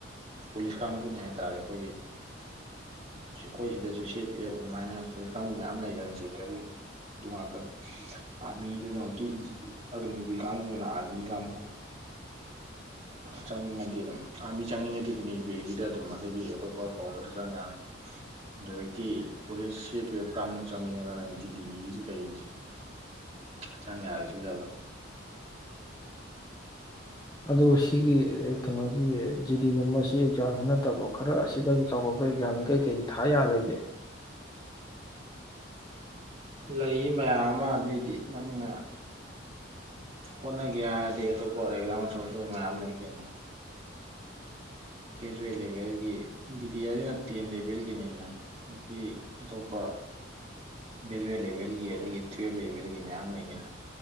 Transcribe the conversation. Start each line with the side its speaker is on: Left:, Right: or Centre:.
Right: ꯄꯨꯂꯤꯁ ꯀꯥꯡꯕꯨꯅꯦ ꯍꯥꯏ ꯇꯥꯔꯦ ꯑꯩꯈꯣꯏꯒꯤ ꯑꯩꯈꯣꯏ ꯁꯤꯗꯁꯨ ꯁꯦꯞ ꯄꯤꯔꯞ ꯑꯗꯨꯃꯥꯏꯅ ꯄꯨꯂꯤꯁ ꯀꯥꯡꯕꯨ ꯃꯌꯥꯝ ꯂꯩꯗꯅ ꯁꯦꯟꯇ꯭ꯔꯦꯜꯒꯤ ꯑꯗꯨ ꯉꯥꯛꯇꯅꯤ ꯑꯥꯔꯃꯤꯗꯨꯅ ꯍꯧꯖꯤꯛꯀꯤ ꯑꯒꯅꯦꯕꯤꯔ ꯀꯥꯡꯕꯨꯗꯨꯅ ꯑꯥꯔꯃꯤ ꯀꯥꯡꯕꯨ ꯆꯪꯅꯤꯡꯉꯗꯤ ꯑꯗꯨꯝ ꯑꯥꯔꯃꯤ ꯆꯪꯅꯤꯡꯉꯗꯤ ꯑꯒꯅꯤꯕꯤꯔꯒꯤꯗ ꯑꯗꯨꯝ ꯑꯗꯒꯤ ꯑꯇꯣꯞꯄ ꯀꯧꯕꯗ ꯆꯪ ꯌꯥꯔꯦ ꯑꯗꯖꯤꯛꯇꯤ ꯄꯨꯁ ꯁ ꯀꯥꯡꯕꯨ ꯆꯪꯅꯤꯡꯉꯒꯅ ꯖꯤꯗꯤꯁꯤ ꯀꯩꯁꯦ ꯆꯪ ꯌꯥꯔꯦ ꯁꯤꯗ ꯑꯗꯨꯝ
Left: ꯑꯗꯨ ꯁꯤꯒꯤ ꯀꯩꯅꯣꯒꯤ ꯖꯤꯗꯤꯒꯨꯝꯕ ꯁꯤ ꯑꯦꯛꯖꯥꯝꯁꯤ ꯅꯠꯇꯕ ꯈꯔ ꯑꯁꯤꯗꯒꯤ ꯆꯥꯎꯈꯠꯄ ꯑꯦꯛꯖꯥꯝꯅꯤ ꯀꯩ ꯀꯩ ꯊꯥꯌꯥ ꯂꯩꯒꯦ
Right: ꯂꯩ ꯃꯌꯥꯝ ꯑꯃ ꯑꯗꯨꯏꯗꯤ ꯅꯪꯅ ꯍꯣꯠꯅꯒꯦ ꯍꯥꯏꯔꯗꯤ ꯑꯇꯣꯞꯄ ꯑꯦꯛꯖꯥꯝ ꯑꯆꯧ ꯑꯆꯧꯕ ꯃꯌꯥꯝ ꯂꯩ ꯀꯩꯅꯣ ꯒ꯭ꯔꯦꯖꯨꯋꯦꯠ ꯂꯦꯚꯦꯜꯒꯤ ꯖꯤꯗꯤ ꯍꯥꯏꯁꯤꯅ ꯇꯦꯟ ꯂꯦꯚꯦꯜꯒꯤꯅꯤꯅ ꯑꯗꯒꯤ ꯑꯇꯣꯞꯄ ꯒ꯭ꯔꯦꯖꯨꯋꯦꯠ ꯂꯦꯚꯦꯜꯒꯤ ꯑꯗꯒꯤ ꯇꯨꯋꯦꯞ ꯂꯦꯚꯦꯜꯒꯤ ꯃꯌꯥꯝ ꯂꯩꯒꯦꯅ